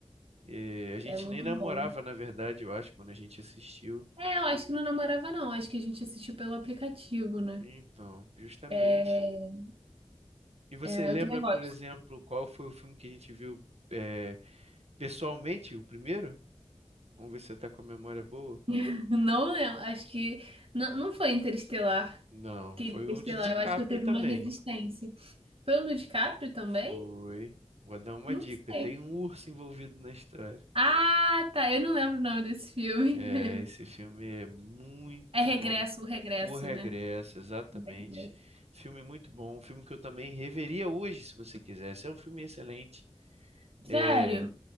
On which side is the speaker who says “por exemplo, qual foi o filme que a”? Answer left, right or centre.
Right